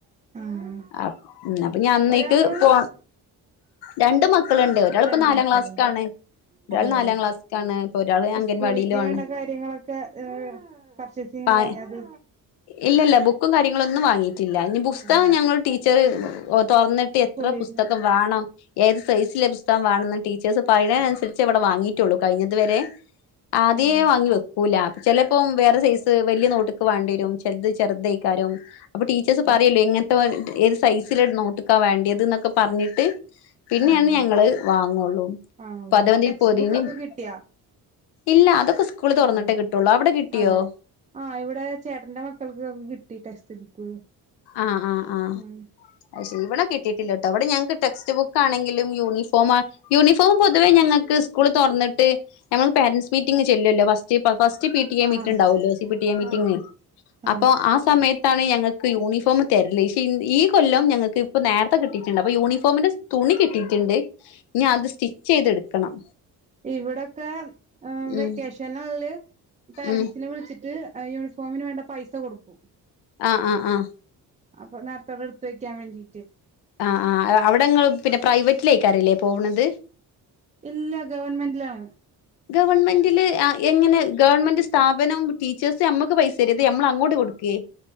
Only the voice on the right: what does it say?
ആഹ് ആഹ്
ഒരാളൊള്ളൂ
രണ്ട്
മക്കളുണ്ട്
അതെ
അതെ
സ്കൂളിക്ക് വേണ്ട
കാര്യങ്ങളൊക്കെ ഏഹ് പർച്ചേസിങ്
കഴിഞ്ഞത്
ഇല്ലല്ലേ
സ്കൂളിന്ന്
ആഹ്
ആഹ്
ആഹ്
ആഹ്
ആണല്ലേ ടെക്സ്റ്റ് ബുക്കൊക്കെ കിട്ടിയാ
ഇല്ലല്ലേ
അതെ ആഹ് ഇവിടെ ചേട്ടന്റെ മക്കൾക്കൊക്കെ കിട്ടി ടെക്സ്റ്റ് ബുക്ക്
ഉം
ആഹ്
ആഹ് ആഹ്
ഇവിടൊ ക്കെവെക്കേഷൻുള്ളില്
പോരൻറസിനെ
വിളിച്ചിട്ട് യൂണിഫോമിന് വേണ്ട പൈസ കൊടുക്കും
അപ്പൊ നേരത്തോടെ എടുത്ത് വെക്കാൻ വേണ്ടി
ഇല്ല ഗവൺമെന്റിലാണ്